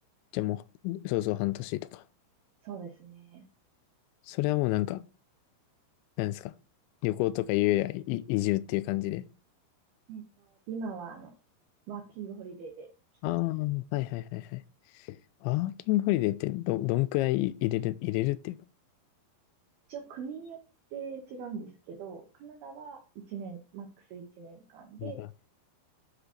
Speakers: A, on the left (about 85°); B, on the right (about 70°).
A: じゃあもう、そうそう半年とか。
B: そうですね。
A: それはもうなんか、なんですか。旅行とかいうよりはい移住っていう感じで。
B: えっと、今はあの、ワーキングホリデーで来てます。
A: ああ、はいはいはいはい。ワーキングホリデーってど、どんくらい入れる、入れるっていうか。
B: 一応国によって違うんですけど、カナダは1年、マックス1年間で、
A: いや